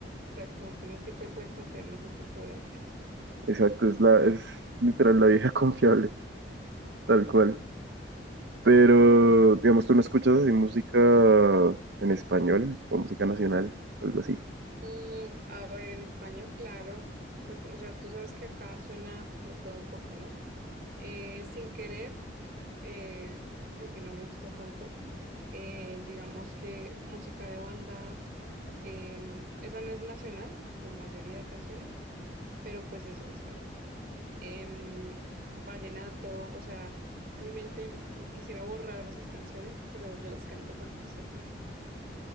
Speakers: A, on the right (about 50°); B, on the right (about 70°).
A: sea, como que uno siempre puede confiar en ese tipo de artistas.
B: Exacto, es la, es literal la vieja <laughs> confiable, tal
A: Total.
B: cual. Pero, digamos, tú no escuchas así música en español o música nacional, algo así.
A: Mm, a ver, en español, claro, pues, o sea, tú sabes que acá suena de todo un poco, ¿no? Eh, sin querer, eh, porque no me gusta tanto, eh, digamos que música de banda, em, esa no es nacional, la mayoría de canciones, pero pues es en español. Em, vallenato, o sea, mi mente mm, quisiera borrar esas canciones, pero yo las canto cuando <laughs> suenan.